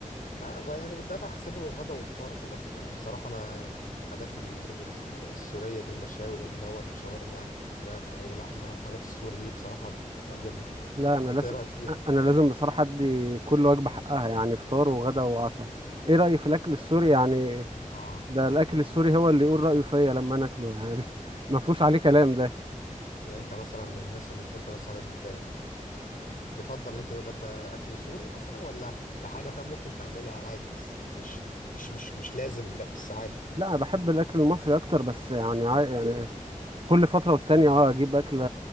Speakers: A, on the left; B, on the right.
A: لا بقى يعني ده بحسبه غدا وفطار عشان انا ببقى- بصراحه انا حاجات ال- ال- السوريه دي المشاوي اللي هو الشاورما فراخ او لحمه وحاجات السوري دي بصراحه بتعجبني
B: لا انا
A: انت
B: لازم
A: ايه رايك فيها
B: انا لازم بصراحه ادي كل وجبه حقها يعني فطار وغدا وعشاء ايه رايي في الاكل السوري يعني
A: اه
B: ده الاكل السوري هو اللي يقول رايه فيا لما انا اكله يعني ده <laughs> ما فيهوش عليه كلام ده
A: يعني انت مثلا من الناس اللي تحب مثلا ت- تفضل ان انت تتغدى اكل سوري مثلا ولا ده حاجه فاهم ممكن تعملها عادي بس مش مش مش مش لازم لا بس عادي
B: لا انا بحب الاكل المصري اكتر بس يعني عا- يعني كل فتره والتانيه اه اجيب اكل